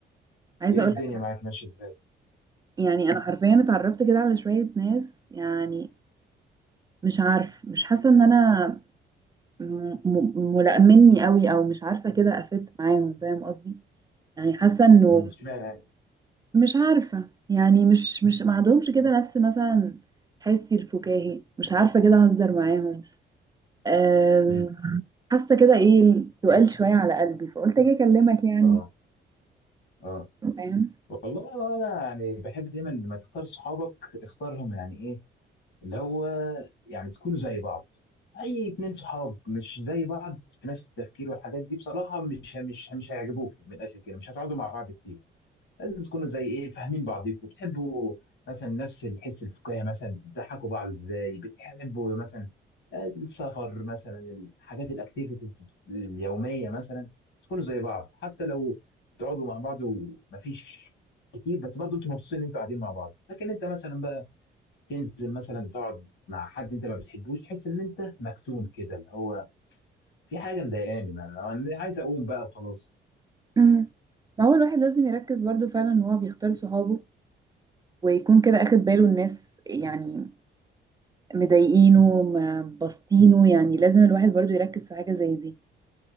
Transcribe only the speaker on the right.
عايزه
اقول
لك انا
يعني انا حرفيا اتعرفت كده على شويه ناس يعني مش عارف مش حاسه ان انا م- م- ملائمني قوي او مش عارفه كده افت معاهم فاهم قصدي يعني حاسه انه
مش عارفه يعني مش مش ما عندهمش كده نفس مثلا حسي الفكاهي مش عارفه كده اهزر معاهم أم،
حاسه كده ايه سؤال شويه على قلبي فقلت اجي اكلمك يعني
فاهم
امم ما هو الواحد لازم يركز برضو فعلا ان هو بيختار صحابه ويكون كده اخد باله الناس يعني مضايقينه ما بسطينه يعني لازم الواحد برضو يركز في حاجة زي دي